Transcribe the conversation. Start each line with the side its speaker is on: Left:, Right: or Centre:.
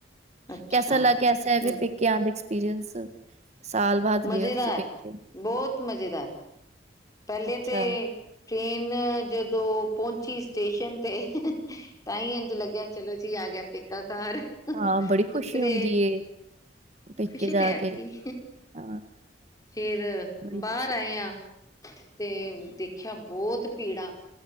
Left: ਅੱਛਾ,
Right: ਕੈਸਾ ਲੱਗ ਕਸਾ ਹੈ
Left: ਹੂੰ,
Right: ਫਿਰ ਪੇਕੇ ਆਂ ਦਾ ਐਕਸਪੀਰੀੰਸ, ਸਾਲ ਬਾਅਦ।
Left: ਮਜ਼ੇਦਾਰ,
Right: ਗਏ ਹੋ ਤੁਸੀਂ ਪੇਕੇ?
Left: ਬਹੁਤ ਮਜ਼ੇਦਾਰ। ਪਹਿਲੇ
Right: ਅੱਛਾ,
Left: ਤੇ ਟ੍ਰੇਨ ਜਦੋਂ ਪਹੁੰਚੀ ਸਟੇਸ਼ਨ ਤੇ ਤਾਂ ਹੀ ਇੰਝ ਲੱਗਿਆ ਚਲੋ ਜੀ ਆ ਗਿਆ ਪੇਕਾ ਘਰ।
Right: ਹਾਂ ਬੜੀ ਖੁਸ਼ੀ
Left: ਉਤਰੇ।
Right: ਹੁੰਦੀ ਏ ਪੇਕੇ
Left: ਖੁਸ਼ੀ
Right: ਜਾ
Left: ਤੇ ਹੈ
Right: ਕੇ
Left: ਸੀ।
Right: ਹਾਂ।
Left: ਫਿਰ,
Right: ਬੜੀ
Left: ਬਾਹਰ
Right: ਖੁਸ਼ੀ
Left: ਆਏ ਹਾਂ। ਤੇ ਦੇਖਿਆ ਬਹੁਤ ਭੀੜਾਂ,